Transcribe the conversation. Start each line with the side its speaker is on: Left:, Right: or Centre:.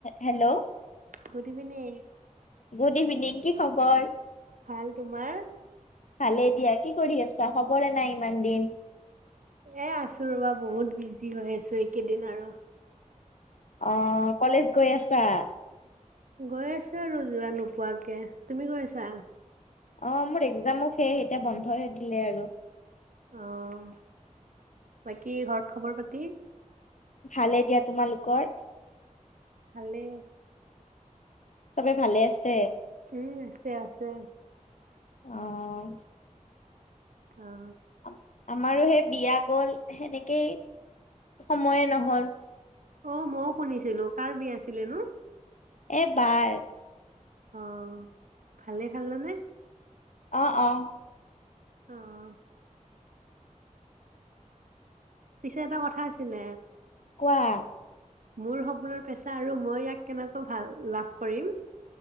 Left: Hello.
Right: Good evening.
Left: Good evening কি খবৰ
Right: ভাল তোমাৰ
Left: ভালে দিয়া কি কৰি আছা খবৰে নাই ইমান দিন
Right: এ আছো ৰবা বহুত বিজি হৈ আছো এইকেইদিন আৰু
Left: অ কলেজ গৈ আছা।
Right: গৈ আছো আৰু যোৱা নোপোৱাকে তুমি গৈ আছা।
Left: অ মোৰ একজামো শেষ। এতিয়া বন্ধৱে দিলে আৰু
Right: অঁ, বাকী ঘৰত খবৰ পাতি?
Left: ভালেই দিয়া তোমালোকৰ?
Right: ভালে।
Left: চবে ভালে আছে?
Right: উম আছে আছে।
Left: অঁ
Right: অ
Left: <unintelligible> আমাৰো সেই বিয়া গ'ল সেনেকেই সময়ে ন'হল।
Right: অ মওঁ শুনিছিলো কাৰ বিয়া আছিলে নো?
Left: এ বাৰ।
Right: অ' ভালেই খালেনে?
Left: অঁ অঁ
Right: অঁ পিছে এটা কথা আছিলে।
Left: কোৱা?
Right: মোৰ সপোনৰ পেচা আৰু মই ইয়াক কেনেকৈ ভাল লাভ কৰিম।